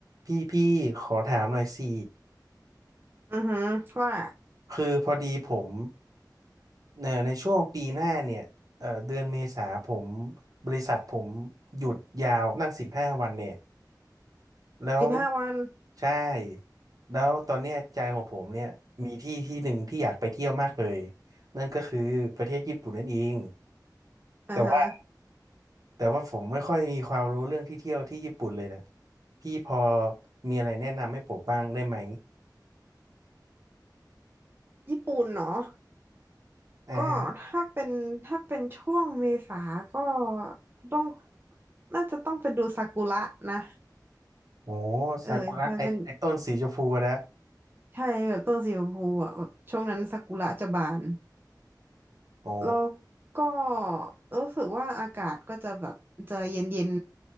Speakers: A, on the right; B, on the right.
A: พี่พี่ขอถามหน่อยสิ
B: อือฮึว่า
A: คือพอดีผมเอ่อในช่วงปีหน้าเนี่ยเอ่อเดือนเมษาผมบริษัทผมหยุดยาวนั่งสิบห้าวันเนี่ยแล้ว
B: สิบห้าวัน
A: ใช่แล้วตอนเนี้ยใจของผมเนี่ยมีที่ที่หนึ่งที่อยากไปเที่ยวมากเลยนั่นก็คือประเทศญี่ปุ่นนั่นเอง
B: อ่าฮะ
A: แต่ว่าแต่ว่าผมไม่ค่อยมีความรู้เรื่องที่เที่ยวที่ญี่ปุ่นเลยนะพี่พอมีอะไรแนะนำให้ผมบ้างได้ไหม
B: ญี่ปุ่นเนาะ
A: อ่า
B: ก็ถ้าเป็นถ้าเป็นช่วงเมษาก็ต้องน่าจะต้องไปดูซากุระนะ
A: โอ้
B: เออมันเป็น
A: ซากุระไอไอต้นสีชมพูนะ
B: ใช่แบบต้นสีชมพูอ่ะแบบช่วงนั้นซากุระจะบาน
A: โอ้
B: แล้วก็รู้สึกว่าอากาศก็จะแบบจะเย็นเย็น